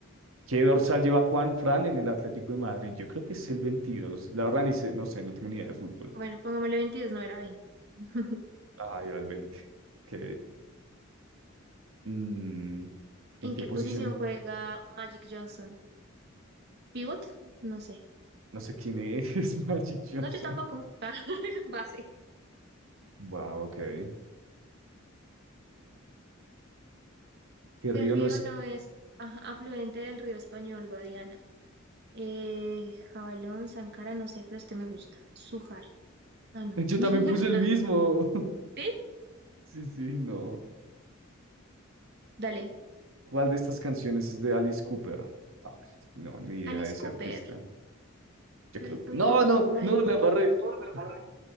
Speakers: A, on the right (about 85°); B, on the right (about 55°).
A: ¿Qué dorsal lleva Juan Fran en el Atlético de Madrid? Yo creo que es el 22. La verdad, ni sé, no sé, no tengo ni idea de fútbol.
B: bueno, pongámosle veintidós. no era veinte. <laughs>
A: Ah, era el 20. Ok. Mm, ¿en
B: ¿En
A: qué
B: qué
A: posición?
B: posición juega Magic Johnson? ¿Pivot? No sé,
A: No sé quién es <laughs> Magic Johnson.
B: no, yo tampoco, <laughs> base,
A: Wow, ok. <clears throat> ¿Qué río
B: ¿Qué río
A: no es
B: no es ajá, afluente del río español, Guadiana? Eh, Jabalón, Sancara, no sé, pero este me gusta. Sujar. Ah,
A: <laughs>
B: no.
A: Yo
B: <laughs>
A: también puse el
B: Ándola.
A: mismo. <laughs>
B: ¿Sí?
A: Sí, sí, no.
B: Dale.
A: ¿Cuál de estas canciones es de Alice Cooper? Ah, no, ni idea
B: Alice
A: de ese
B: Cooper.
A: artista. Yo
B: Die
A: creo
B: for
A: que... No,
B: you,
A: no,
B: Ryan.
A: no, la barré.
B: Oh, me
A: <laughs>
B: lo